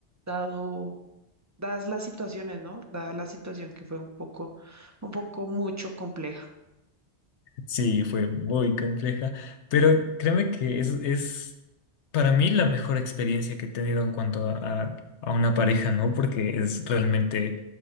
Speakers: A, on the right (about 20°); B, on the left (about 75°).
A: dado, dadas las situaciones, ¿no? Dada la situación que fue un poco, un poco mucho compleja.
B: Sí, fue muy compleja, pero créeme que es, es para mí la mejor experiencia que he tenido en cuanto a, a a una pareja, ¿no? Porque es realmente